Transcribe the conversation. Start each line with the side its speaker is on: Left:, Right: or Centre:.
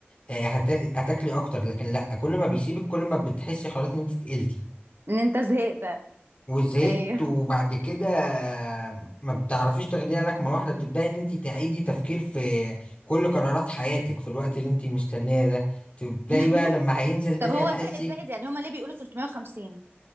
Left: آه، هت- هتاكلي اكتر لكن لا كل ما بيسيبك كل ما بتحسي خلاص ان انت تقلتي
Right: ان انت زهقت
Left: وزهقت
Right: ايوه
Left: وبعد كده آه، ما بتعرفيش تاخديها لكمه واحده بتبداي ان انت تعيدي تفكير في كل قرارات حياتك في الوقت اللي انت مستنيه ده تبداي
Right: <laughs>
Left: بقى لما هينزل تاني
Right: طب هو
Left: هتحسي
Right: زائد زائد يعني هما ليه بيقولوا 350